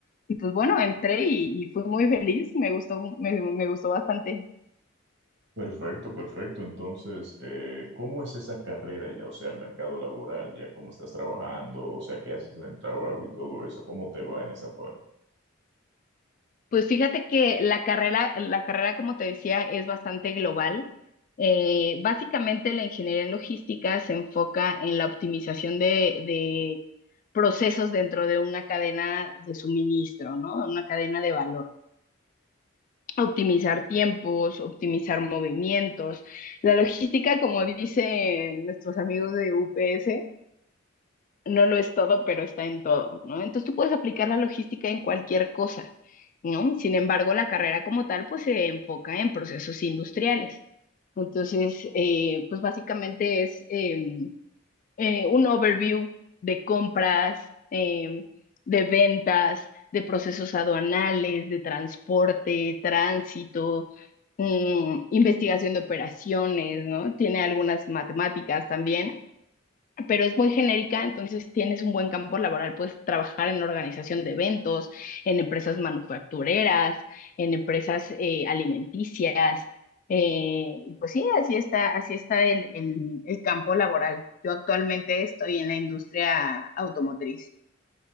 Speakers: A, on the left (about 40°); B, on the right (about 60°).
A: y pues bueno, entré y, y fui muy feliz, me gustó, me, me gustó bastante.
B: Perfecto, perfecto. Entonces, eh, ¿cómo es esa carrera ya? O sea, el mercado laboral, ya cómo estás trabajando, o sea, qué haces en el trabajo y todo eso, ¿cómo te va en esa parte?
A: Pues fíjate que la carrera, la carrera, como te decía, es bastante global. Eh, básicamente la ingeniería en logística se enfoca en la optimización de, de procesos dentro de una cadena de suministro, ¿no? Una cadena de valor. Optimizar tiempos, optimizar movimientos. La logística, como dicen nuestros amigos de UPS, no lo es todo, pero está en todo, ¿no? Entonces tú puedes aplicar la logística en cualquier cosa, ¿no? Sin embargo, la carrera como tal, pues se enfoca en procesos industriales. Entonces, eh, pues básicamente es eh, eh, un overview de compras, eh, de ventas, de procesos aduanales, de transporte, tránsito, mm, investigación de operaciones, ¿no? Tiene algunas matemáticas también pero es muy genérica, entonces tienes un buen campo laboral, puedes trabajar en organización de eventos, en empresas manufactureras, en empresas eh, alimenticias, eh, y pues sí, así está, así está el, el el campo laboral. Yo actualmente estoy en la industria automotriz.